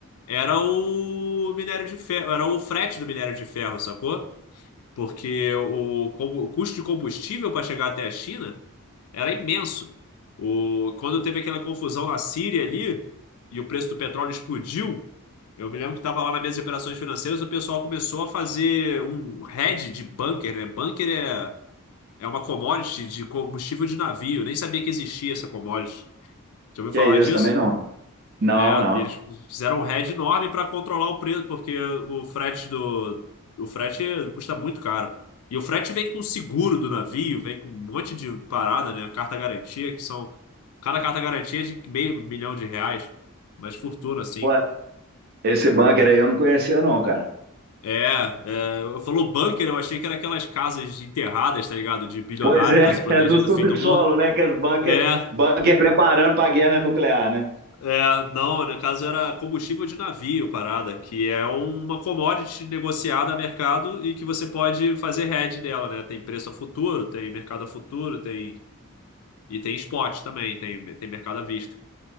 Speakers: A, on the left; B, on the right.
A: era o minério de ferro, era o frete do minério de ferro, sacou? porque o, combu- o custo de combustível para chegar até a China era imenso. O, quando teve aquela confusão na Síria ali e o preço do petróleo explodiu, eu me lembro que estava lá na mesa de operações financeiras, o pessoal começou a fazer um hedge de bunker, né? Bunker é, é uma commodity de combustível de navio, eu nem sabia que existia essa commodity. Já ouviu
B: que
A: falar
B: é isso
A: disso?
B: também não? Não,
A: É,
B: não.
A: e eles fizeram um head enorme para controlar o preço, porque o frete do o frete custa muito caro. E o frete vem com o seguro do navio, vem com um monte de parada, né? Carta garantia, que são cada carta garantia é de meio milhão de reais, mas fortuna assim.
B: Pô, esse bunker aí eu não conhecia não, cara.
A: É, é, eu falou bunker, eu achei que era aquelas casas enterradas, tá ligado? De bilionário
B: Pois é,
A: para
B: <laughs>
A: se proteger
B: é no subsolo,
A: do fim do mundo.
B: né, que as bunker,
A: É,
B: bunker preparando para a guerra nuclear, né?
A: É, não, no caso era combustível de navio, parada, que é uma commodity negociada a mercado e que você pode fazer hedge dela, né? Tem preço a futuro, tem mercado a futuro, tem e tem spot também, tem, tem mercado à vista.